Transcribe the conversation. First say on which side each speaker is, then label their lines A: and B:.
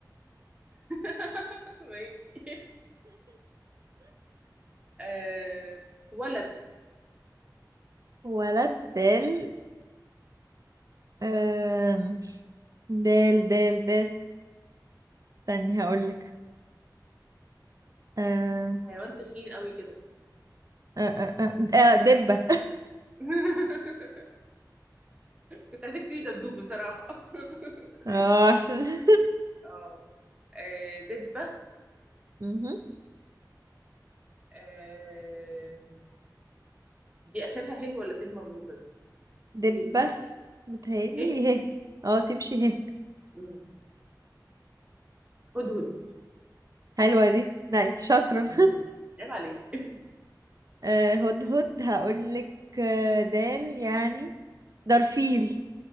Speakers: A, on the right; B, on the right.
A: <laughs> ماشي آه... ولد
B: ولد دال آم، دال دال دال استني هقولك آه
A: حيوان تخين قوي كده
B: آه آه آه آه، دبة
A: <laughs> كنت عايزاك تقولي دبدوب بصراحة <laughs>
B: اه
A: ماشي
B: عشان <laughs>
A: اه آه، دبة
B: مهم.
A: آه... دي آخرها هيه ولا ته مربوطة
B: دبة
A: دي دبة
B: متهيألي
A: هيه
B: هي اه تمشي هي
A: مم. هدهد
B: حلوة دي لا انت شاطرة
A: مم. عيب عليك
B: آه، هدهد هقولك آه، دال يعني درفيل